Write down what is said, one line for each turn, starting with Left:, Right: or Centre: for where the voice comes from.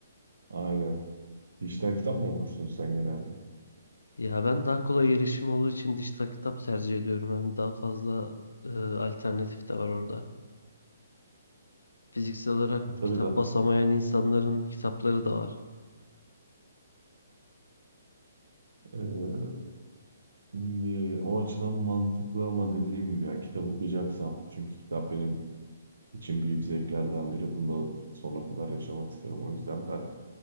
Right: aynen. Dijital kitap mı okursun sen genelde?
Left: Ya ben daha kolay erişim olduğu için dijital kitap tercih ediyorum. Hem daha fazla e, alternatif de var orada. Fiziksel olarak
Right: E, tabii
Left: kitap
Right: da
Left: basamayan insanların kitapları da var.
Right: e, e, o açıdan mantıklı ama dediğim gibi ya kitap okuyacaksam çünkü kitap benim için büyük zevklerden biri. Bunu da sonuna kadar yaşamak isterim. O yüzden ben